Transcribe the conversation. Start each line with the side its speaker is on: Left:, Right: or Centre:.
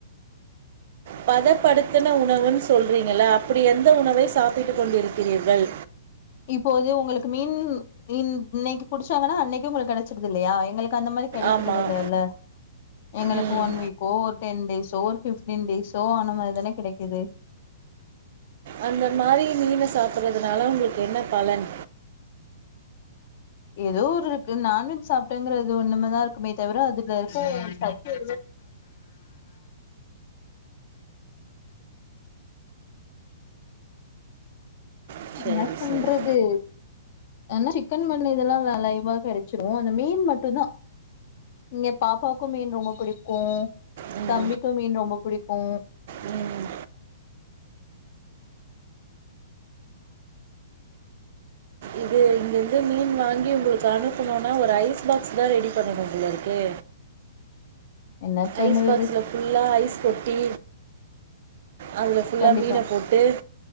Right: பதப்படுத்தன உணவுன்னு சொல்றீங்கல்ல அப்டி எந்த உணவை சாப்பிட்டு கொண்டிருக்கிறீர்கள்
Left: இப்போது உங்களுக்கு மீன் மீன் இன்னைக்கு புடிச்சாங்கன்னா அன்னைக்கே உங்களுக் கெடச்சிருது இல்லயா எங்களுக்கு அந்த மாரி கெடைக்கறது
Right: ஆமாம்
Left: இல்லேல்ல எங்களுக்கு
Right: ம்
Left: ஒன் வீக் கோ டென் டேஸோ ஒரு ஃப்ஃப்டீன் டேஸோ ஆன மாரிதான கெடைக்குது
Right: அந்த மாரி மீன சாப்பறதுனால உங்களுக்கு என்ன பலன்
Left: எதோ ஒரு இருக்கு நான்வெஜ் சாப்ட்டேங்கறது ஒன்னுமே தா இருக்குமே தவிர அது <inaudible> இருக்காது <inaudible>
Right: ம்
Left: என்னா
Right: சரி
Left: தின்றது
Right: சரி
Left: ஆனா சிக்கன் மட்டன் இதெல்லா இல்ல லைவா கெடச்சிரு அந்த மீன் மட்டுதா இங்க பாப்பாக்கு மீன் ரொம்போ புடிக்கு
Right: ம்,
Left: தம்பிக்கு மீன் ரொம்போ புடிக்கு
Right: ம் இது இங்கிருந்து மீன் வாங்கி உங்களுக்கு அனுப்பணுனா ஒரு ஐஸ் பாக்ஸ் தா ரெடி பண்ணணு போலயிருக்கே
Left: என்ன பண்ணுவது
Right: ஐஸ் பாக்ஸ்ல ஃபுல்லா ஐஸ் கொட்டி அதில ஃபுல்லா
Left: கண்டிப்பா
Right: மீன போட்டு